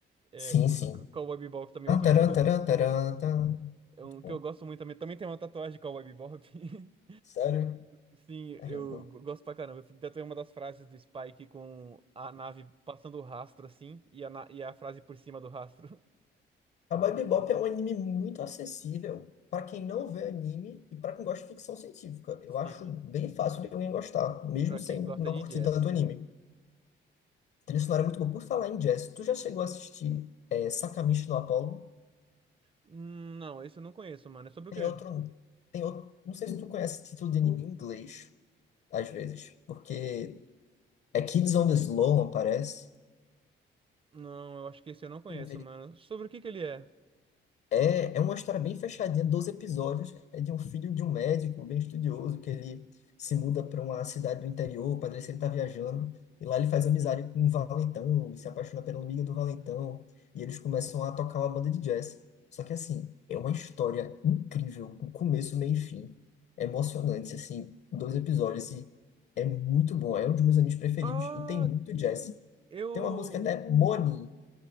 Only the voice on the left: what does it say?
Sim,
sim.
Ah,
tarã,
tarã, tarã,
tarã. Muito
bom.
Sério?
Caramba.
Cowboy Bebop é um anime muito acessível para quem não vê anime e para quem gosta de ficção científica. Eu
acho
bem fácil de alguém gostar, mesmo
sem
não
curtir
tanto anime. A trilha
sonora
é muito boa. Por falar em jazz, tu já chegou a assistir é, Sakamichi no Apollo?
Tem
outro, tem outro, não sei se tu conhece esse título de anime em inglês, às vezes, porque é Kids on the Slope, parece.
Vou
É, é uma história bem fechadinha, 12 episódios. É de um filho de um médico bem estudioso que ele se muda para uma cidade do interior. O padre sempre está viajando. E lá ele faz amizade com um valentão e se apaixona pela amiga do valentão. E eles começam a tocar uma banda de jazz. Só que, assim, é uma história incrível, com começo, meio e fim. É emocionante, assim, dois episódios. E é muito bom. É um dos meus animes preferidos.
E tem muito jazz.
Tem uma música, né? Money,